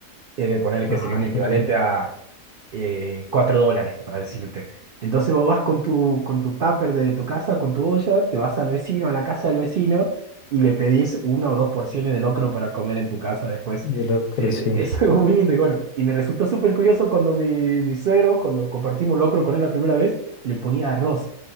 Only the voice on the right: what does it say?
Eh, ponerle que
sería un equivalente
a eh, 4 dólares, para decirte. Entonces vos vas con tu, con tu tupper de tu casa, con tu olla, te vas al vecino, a la casa del vecino, y le pedís una o dos porciones de locro para comer en tu casa después.
Eh,
es <laughs> algo muy lindo y bueno, y me resultó súper curioso cuando mi, mi suegro, cuando compartimos locro con él la primera vez, le ponía arroz.